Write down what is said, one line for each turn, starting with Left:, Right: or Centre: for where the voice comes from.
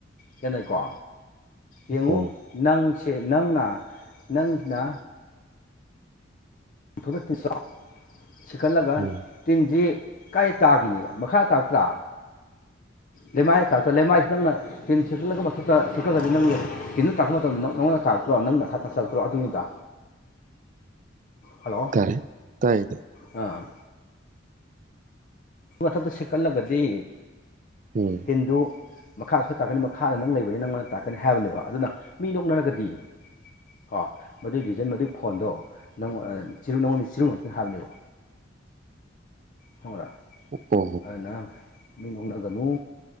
Left: ꯀꯦꯟꯅꯩꯀꯣ ꯌꯦꯡꯉꯨ
Right: ꯎꯝ
Left: ꯅꯪ ꯁ ꯅꯪꯅ ꯅꯪꯅ ꯐꯗꯛꯇꯁꯥ ꯁꯤꯈꯠꯂꯒ
Right: ꯎꯝ
Left: ꯇꯤꯟꯖ ꯀꯥꯏ ꯇꯥꯈꯤꯅꯤ ꯃꯈꯥꯗ ꯇꯥꯛꯛꯇ꯭ꯔꯥ ꯂꯩꯃꯥꯏꯗ ꯇꯥꯛꯇꯥ ꯂꯩꯃꯥꯏꯁꯤ ꯅꯪꯅ ꯇꯤꯟꯛꯂꯒ ꯃꯊꯛꯇ ꯊꯛꯂꯒꯗꯤ ꯅꯪꯅ ꯇꯤꯟꯗꯨ ꯇꯥꯛꯄ ꯃꯇꯝꯗ ꯅꯪꯉꯣꯟꯗ ꯇꯥꯛꯛꯇ꯭ꯔꯣ ꯅꯪꯅ ꯅꯁꯥ ꯇꯛꯊꯂꯛꯇ꯭ꯔꯣ ꯑꯗꯨꯅꯤꯗ ꯍꯜꯂꯣ
Right: ꯇꯥꯔꯦ ꯇꯥꯏꯌꯦ
Left: ꯑꯥ ꯑꯗꯨ ꯃꯊꯛꯇ ꯁꯦꯀꯠꯂꯒꯗꯤ
Right: ꯎꯝ
Left: ꯍꯤꯟꯗꯨ ꯃꯈꯥꯗ ꯁ꯭ꯋꯥꯏ ꯇꯥꯛꯀꯅꯤ ꯃꯈꯥꯗ ꯅꯪ ꯂꯩꯕꯅꯤ ꯅꯪꯉꯣꯟꯗ ꯇꯥꯛꯀꯅꯤ ꯍꯥꯏꯕꯅꯦꯕ ꯑꯗꯨꯅ ꯃꯤ ꯅꯣꯛꯅꯔꯒꯗꯤ ꯀꯣ ꯃꯗꯨꯏ ꯔꯤꯖꯟ ꯃꯗꯨꯒꯤ ꯐꯣꯟꯗꯣ ꯅꯪ ꯅꯪꯉꯣꯟꯗ ꯆꯤꯔꯨꯉꯛꯀꯅꯤ ꯍꯥꯏꯕꯅꯦꯕ ꯈꯪꯕ꯭ꯔꯥ
Right: ꯑꯣꯀꯣ
Left: ꯑꯗꯨꯅ ꯃꯤ ꯅꯣꯛꯅꯒꯅꯨ